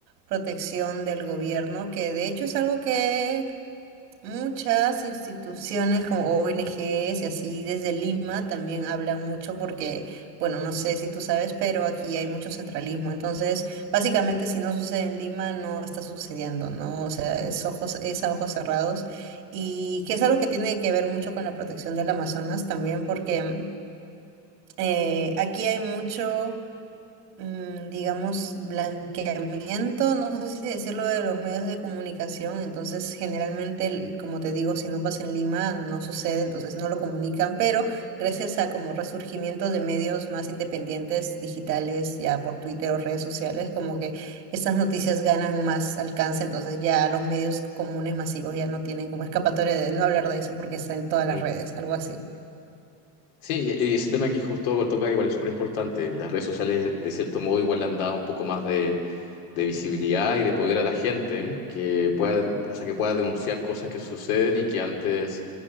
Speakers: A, on the right; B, on the left.
A: protección del gobierno, que de hecho es algo que Muchas instituciones como ONGs y así desde Lima también hablan mucho porque, bueno, no sé si tú sabes, pero aquí hay mucho centralismo. Entonces, básicamente si no sucede en Lima, no está sucediendo, ¿no? O sea, es ojos, es a ojos cerrados y que es algo que tiene que ver mucho con la protección del Amazonas también porque eh, aquí hay mucho mm, digamos, blanqueamiento, no sé si decirlo de los medios de comunicación, entonces generalmente, el- como te digo, si no pasa en Lima, no sucede, entonces no lo comunican, pero gracias a como resurgimientos de medios más independientes, digitales, ya por Twitter o redes sociales, como que estas noticias ganan más alcance, entonces ya los medios comunes masivos ya no tienen como escapatoria de no hablar de eso porque está en todas las
B: Mm.
A: redes, algo así.
B: Sí, y y ese tema que justo tocas igual es súper importante. Las redes sociales, de cierto modo, igual le han dado un poco más de, de visibilidad y de poder a la gente que pueda, o sea, que pueda denunciar cosas que suceden y que antes,